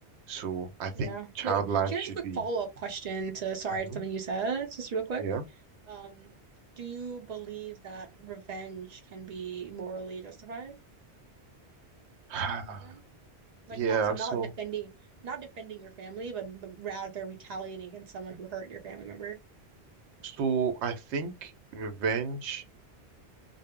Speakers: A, on the right; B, on the right.
A: So I think
B: yeah.
A: child
B: Wait,
A: life
B: here's
A: should
B: a quick
A: be
B: follow-up question to, sorry,
A: Mhm.
B: something you said, just real quick.
A: yeah.
B: Um, do you believe that revenge can be morally justified
A: <sighs>
B: then? Like
A: Yeah,
B: not so not
A: so
B: defending not defending your family, but, but rather retaliating against someone who hurt your family member.
A: So I think revenge,